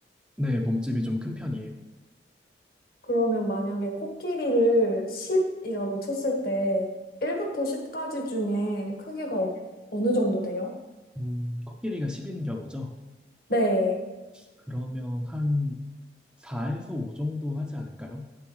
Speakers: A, in the centre; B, on the left.
A: 네, 몸집이 좀 큰 편이에요.
B: 그러면 만약에 코끼리를 10이라고 쳤을 때 1부터 10까지 중에 크기가 어, 어느 정도 돼요?
A: 음, 코끼리가 10인 경우죠.
B: 네.
A: 그러면 한 4에서 5 정도 하지 않을까요?